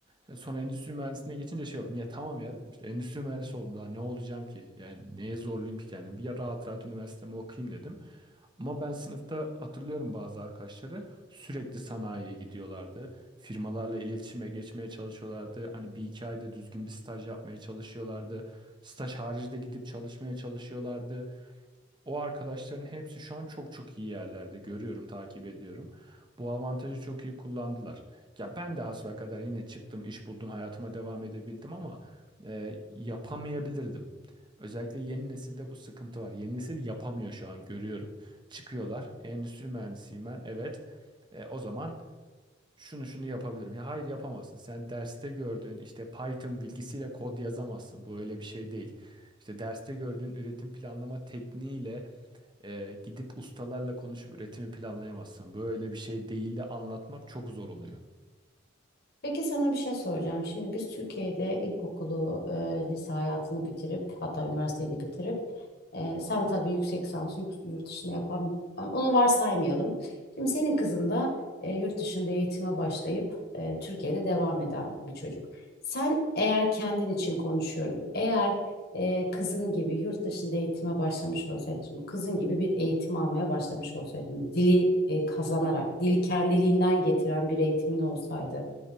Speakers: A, on the right; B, on the left.
A: E, Sonra endüstri mühendisliğine geçince şey oldum. Ya tamam ya dedim işte endüstri mühendisi oldum daha ne olacağım ki? Yani neye zorlayayım ki kendimi? Bir ya rahat rahat üniversitemi okuyayım dedim. Ama ben sınıfta hatırlıyorum bazı arkadaşları sürekli sanayiye gidiyorlardı. Firmalarla iletişime geçmeye çalışıyorlardı. Hani bir iki ayda düzgün bir staj yapmaya çalışıyorlardı. Staj harici de gidip çalışmaya çalışıyorlardı. O arkadaşların hepsi şu an çok çok iyi yerlerde görüyorum, takip ediyorum. Bu avantajı çok iyi kullandılar. Ya ben de hasbelkader yine çıktım, iş buldum, hayatıma devam edebildim ama e, yapamayabilirdim. Özellikle yeni nesilde bu sıkıntı var. Yeni nesil yapamıyor şu an görüyorum. Çıkıyorlar. Endüstri mühendisiyim ben. Evet. E, o zaman şunu şunu yapabilirim. Ya hayır yapamazsın. Sen derste gördüğün işte Python bilgisiyle kod yazamazsın. Bu öyle bir şey değil. İşte derste gördüğün üretim planlama tekniğiyle e, gidip ustalarla konuşup üretimi planlayamazsın. Böyle bir şey değil de anlatmak çok zor oluyor.
B: Peki sana bir şey soracağım. Şimdi biz Türkiye'de ilkokulu, e, lise hayatını bitirip hatta üniversiteyi de bitirip e, sen tabii yüksek lisansı yük- yurt dışında yapan ama onu varsaymayalım. Şimdi senin kızın da e, yurt dışında eğitime başlayıp e, Türkiye'de devam eden bir çocuk. Sen eğer kendin için konuşuyorum. Eğer e, kızın gibi yurt dışında eğitime başlamış olsaydın, şimdi kızın gibi bir eğitim almaya başlamış olsaydın, dili e, kazanarak, dili kendiliğinden getiren bir eğitimin olsaydı